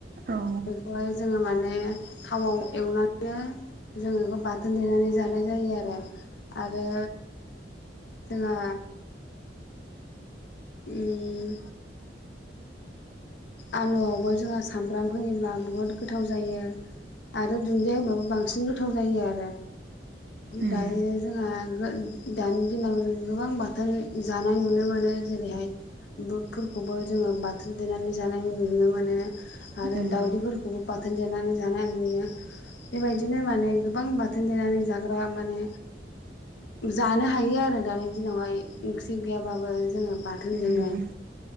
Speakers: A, on the right; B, on the left.
A: औ।
B: बेखौहाय जोङो माने थावाव एवनानै जोङो बेखौ बाथोन देनानै जानाय जायो आरो। आरो जोंहा उम। आलुआवबो जोंहा सामब्राम होयोब्ला बुहुद गोथाव जायो। आरो दुन्दिया होबाबो बांसिन गोथाव जायो आरो
A: उम
B: दायो जोंहा दानि दिनाव जों गोबां बाथोन जानाय नुनो मोनो जेरैहाय बुटफोरखौबो जोङो बाथोन देनानै जानाय नुनो मोनो आरो
A: उम
B: दावदैफोरखौबो बाथोन देनानै जानाय नुयो। बेबायदिनो माने गोबां बाथोन देनानै जाग्रा माने जानो हायो आरो दानि दिनावहाय ओंख्रि गैयाबाबो जोङो बाथोनजोंनो
A: उम